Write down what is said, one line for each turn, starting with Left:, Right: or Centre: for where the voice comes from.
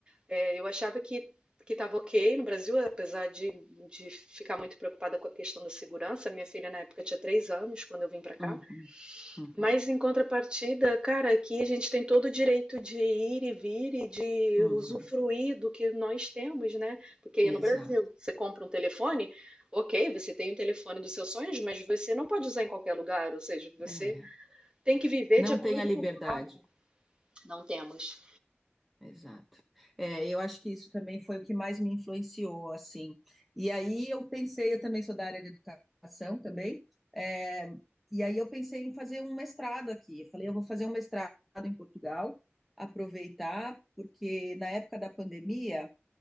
Right: É, eu achava que que estava ok no Brasil, apesar de, de ficar muito preocupada com a questão da segurança. Minha filha na época tinha três anos quando eu vim para cá.
Centre: uhum, uhum,
Right: Mas em contrapartida, cara, aqui a gente tem todo o direito de ir e vir e de
Centre: uhum,
Right: usufruir do que nós temos, né? Porque aí
Centre: exato,
Right: no Brasil você compra um telefone, ok, você tem o telefone dos seus sonhos, mas você não pode usar em qualquer lugar. Ou seja, você
Centre: é,
Right: tem que viver
Centre: não
Right: de acordo
Centre: tem a liberdade,
Right: com o que pode. Não temos.
Centre: exato, é, eu acho que isso também foi o que mais me influenciou, assim, e aí eu pensei, eu também sou da área de educação também, é, e aí eu pensei em fazer um mestrado aqui, eu falei, eu vou fazer um mestrado em Portugal, aproveitar, porque na época da pandemia,